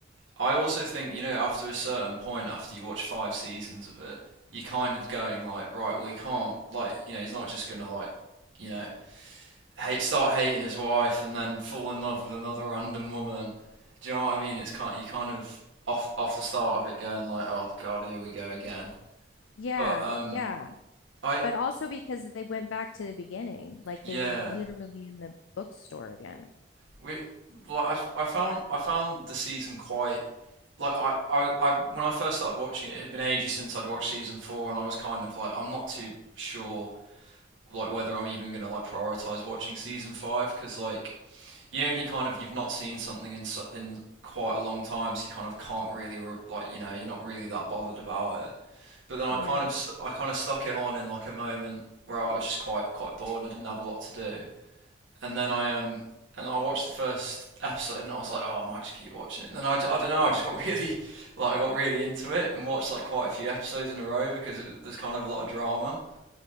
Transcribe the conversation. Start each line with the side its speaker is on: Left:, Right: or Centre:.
Right: I also think, you know, after a certain point, after you watch five seasons of it, you're kind of going like, right, well, he can't, like, you know, he's not just gonna like, you know, hate, start hating his wife and then fall in love with another random woman. Do you know what I mean? It's kind you kind of off off the start of it going like, oh god, here we go again.
Left: Yeah,
Right: But um,
Left: yeah.
Right: I
Left: But also because they went back to the beginning, like
Right: yeah.
Left: they were literally in the bookstore again.
Right: We like I, f- I found I found the season quite like I, I, I when I first started watching it, it had been ages since I'd watched season four, and I was kind of like I'm not too sure like whether I'm even gonna like prioritize watching season five because like you only kind of you've not seen something in su- in quite a long time, so you kind of can't really re- like you know you're not really that bothered about it. But then I
Left: Yeah.
Right: kind of st- I kind of stuck it on in like a moment where I was just quite quite bored and I didn't have a lot to do, and then I um and I watched the first episode and I was like, oh, I might just keep watching it. And then I, I don't know, I just got <laughs> really like I got really into it and watched like quite a few episodes in a row because it, there's kind of a lot of drama.